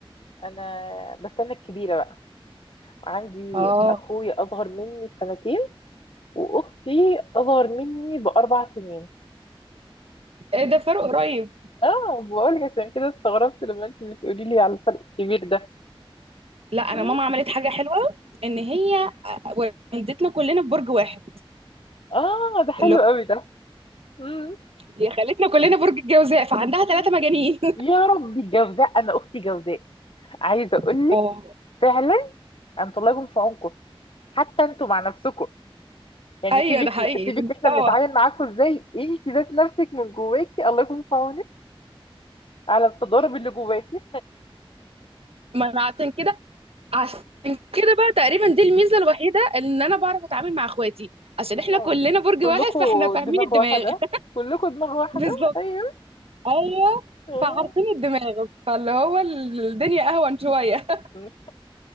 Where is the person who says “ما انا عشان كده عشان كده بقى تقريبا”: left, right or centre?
Right